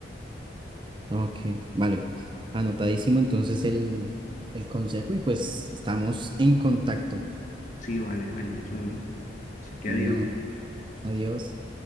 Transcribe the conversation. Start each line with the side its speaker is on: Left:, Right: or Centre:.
Right: Ok, vale. Anotadísimo entonces el, el consejo y pues estamos en contacto.
Left: Sí, vale, ahí nos vemos. Así que
Right: Bueno,
Left: adiós.
Right: adiós.